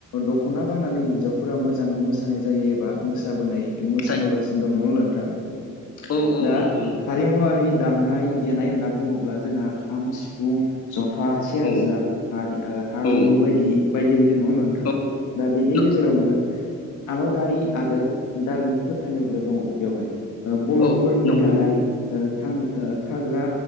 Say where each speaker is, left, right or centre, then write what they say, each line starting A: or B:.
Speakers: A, on the left; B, on the left.
A: दख'ना गाननानै हिन्जावफोरा मोजाङै मोसानाय जायो एबा मोसाबोनाय मोसाबोगासिनो
B: जायो
A: दं नङा होमब्ला नों थां
B: औ औ
A: दा
B: नंगौ नंगौ
A: हारिमुवारि दामनाय देनाय होनना बुङोब्ला जोंहा खाम सिफुं जथा सेरजा
B: औ
A: हारि ओ हारमुनि
B: औ
A: बायदि बायदि बाय दि नङा होनब्ला नोंथां
B: औ
A: दा बेनि
B: नं-
A: गेजेरावनो आबादारि आरो धारमिक फोथायनायबो दङ बेवहाय ओ बर'फोरनि
B: औ नंगौ
A: गाहाय ओ थां ओ थाग्रा